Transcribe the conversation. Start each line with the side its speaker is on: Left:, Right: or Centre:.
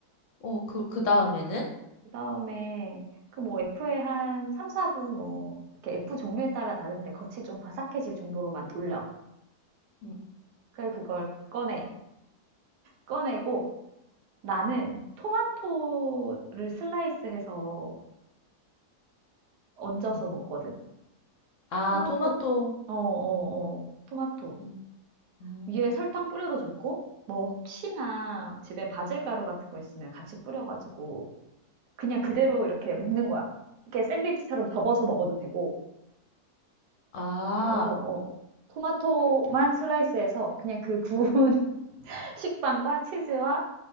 Left: 어, 그, 그 다음에는?
Right: 그다음에 그 뭐 F에 한 3, 4분 뭐 이렇게 F 종류에 따라 다른데 겉이 좀 바삭해질 정도로만 돌려.
Left: 응,
Right: 그래서 그걸 꺼내. 꺼내고 나는 토마토를 슬라이스해서 얹어서
Left: 응.
Right: 먹거든.
Left: 아,
Right: 토마토.
Left: 토마토.
Right: 어, 어, 어. 토마토.
Left: 응, 응.
Right: 위에 설탕 뿌려도 좋고 뭐 혹시나 집에 바질가루 같은 거 있으면 같이 뿌려가지고 그냥 그대로 이렇게 먹는 거야. 이렇게 샌드위치처럼 접어서 먹어도 되고
Left: 아,
Right: 어, 어. 토마토만 슬라이스해서 그냥 그 구운 <laughs> 식빵과 치즈와